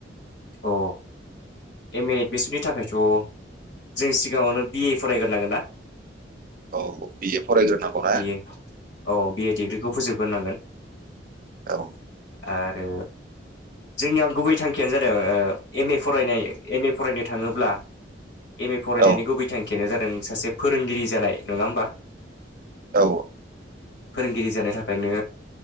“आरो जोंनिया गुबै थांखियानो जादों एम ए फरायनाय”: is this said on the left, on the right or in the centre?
Left